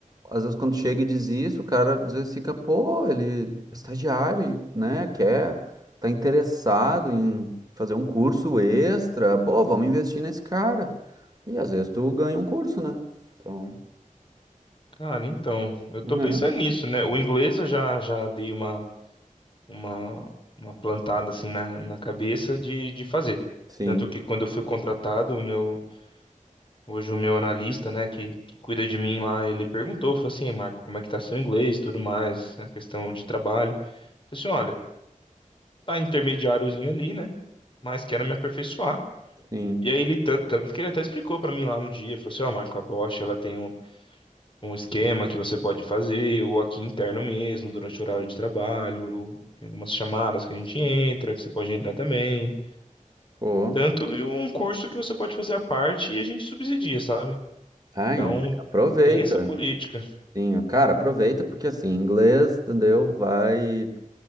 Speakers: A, on the right; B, on the left.
A: às vezes quando chega e diz isso, o cara às vezes fica, pô, ele é estagiário, né? Quer, tá interessado em fazer um curso extra, pô, vamos investir nesse cara. E às vezes tu ganha um curso, né? Então,
B: Cara, então, eu
A: né?
B: tô pensando nisso, né? O inglês eu já, já dei uma uma, uma plantada assim na, na cabeça de, de fazer.
A: Sim,
B: Tanto que quando eu fui contratado, o meu, hoje o meu analista, né, que, que cuida de mim lá, ele perguntou, falou assim, "Ei, Marco, como é que tá seu inglês e tudo mais, a questão de trabalho. Falei assim, olha, tá intermediáriozinho ali, né, mas quero me aperfeiçoar.
A: sim.
B: E aí ele, tanto, tanto que ele até explicou pra mim lá no dia, falou assim, ó, Marco, a Bosch, ela tem um, um esquema que você pode fazer, ou aqui interno mesmo, durante o horário de trabalho, tem algumas chamadas que a gente entra, que você pode entrar também,
A: Pô,
B: Tanto e um curso que você pode fazer à parte e a gente subsidia, sabe?
A: ai,
B: Então,
A: aproveita.
B: tem essa política.
A: Sim, cara, aproveita porque assim, inglês, entendeu? Vai.